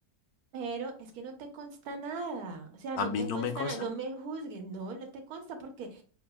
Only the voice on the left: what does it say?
a
mí
no
me consta.